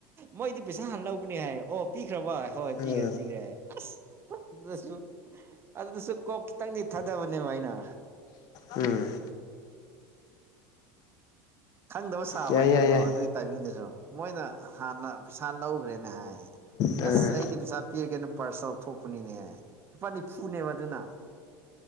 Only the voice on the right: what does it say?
ꯃꯣꯏꯗꯤ ꯄꯩꯁꯥ ꯍꯥꯟꯅ ꯂꯧꯕꯅꯦ ꯍꯥꯏ ꯑꯣ ꯄꯤꯈ꯭ꯔꯕ ꯍꯣꯏ
ꯄꯤꯈ꯭ꯔꯦ ꯄꯤꯈ꯭ꯔꯦ ꯍꯥꯏ ꯑꯁ ꯑꯗꯨꯁꯨ ꯑꯗꯨꯗꯁꯨ ꯀꯣꯛ ꯈꯤꯇꯪꯗꯤ ꯊꯥꯗꯕꯅꯦꯕ ꯑꯩꯅ
ꯈꯪꯗꯕ ꯁꯥꯕ
ꯍꯥꯏꯅꯀꯣ
ꯑꯗꯨꯒꯤ ꯇꯥꯏꯃꯤꯡꯗꯨꯁꯨ ꯃꯣꯏꯅ ꯍꯥꯟꯅ ꯄꯩꯁꯥ ꯂꯧꯈ꯭ꯔꯦꯅ ꯍꯥꯏꯌꯦ
ꯑꯁ ꯑꯩꯗꯤ ꯄꯩꯁꯥ ꯄꯤꯔꯒꯦꯅ ꯄꯥꯔꯁ ꯊꯣꯛ ꯂꯄꯅꯤꯅꯦ ꯂꯨꯄꯥ ꯅꯤꯐꯨꯅꯦꯕ ꯑꯗꯨꯅ